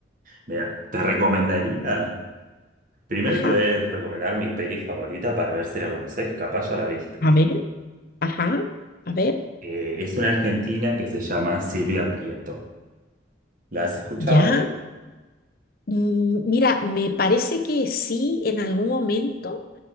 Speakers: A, on the right; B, on the left.
A: mira, te recomendaría Primero
B: Ajá,
A: te voy a recomendar mi peli favorita para ver si la conoces, capaz ya la viste.
B: a ver, ajá, a ver,
A: Eh, es una argentina que se llama Silvia Prieto. ¿La has escuchado?
B: ya. Mm, Mira, me parece que sí, en algún momento,